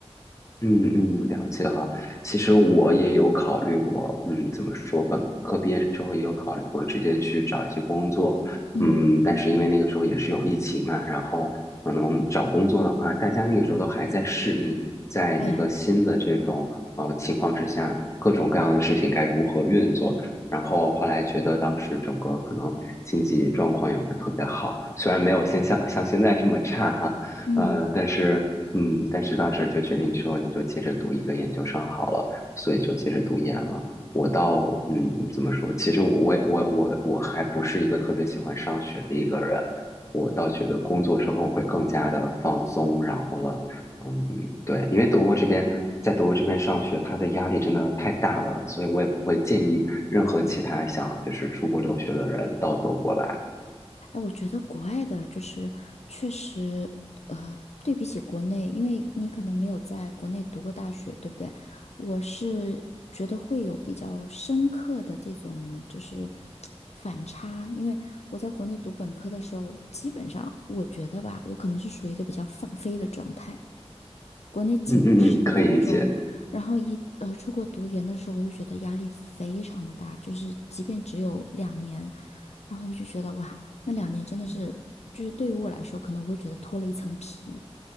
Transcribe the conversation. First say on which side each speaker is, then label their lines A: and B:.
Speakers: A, on the left; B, on the left.
A: 嗯嗯，了解了。其实我也有考虑过，嗯，怎么说，本科毕业之后也有考虑过直接去找一些工作，
B: 嗯，
A: 嗯，但是因为那个时候也是有疫情嘛，然后可能找工作的话，大家那个时候都还在适应，在一个新的这种呃情况之下，
B: 对，
A: 各种各样的事情该如何运作。然后后来觉得当时整个可能经济状况也不是特别好，虽然没有现像像现在这么差哈。
B: 嗯。
A: 呃，但是嗯，但是当时就决定说，那就接着读一个研究生好了，所以就接着读研了。我到嗯，怎么说？其实我我我我还不是一个特别喜欢上学的一个人，我倒觉得工作之后会更加的放松，然后了，嗯，对，因为德国这边在德国这边上学，它的压力真的太大了，所以我也不会建议任何其他想就是出国留学的人到德国来。
B: 哎，我觉得国外的就是确实，呃，对比起国内，因为你可能没有在国内读过大学，对不对？我是觉得会有比较深刻的这种就是反差，因为我在国内读本科的时候，基本上我觉得吧，我可能是属于一个比较放飞的状态，国内仅的是高中，
A: 嗯嗯嗯，可以理解。
B: 然后一呃出国读研的时候，我就觉得压力非常的大，就是即便只有两年，然后我就觉得哇，那两年真的是，就是对于我来说，可能我会觉得脱了一层皮，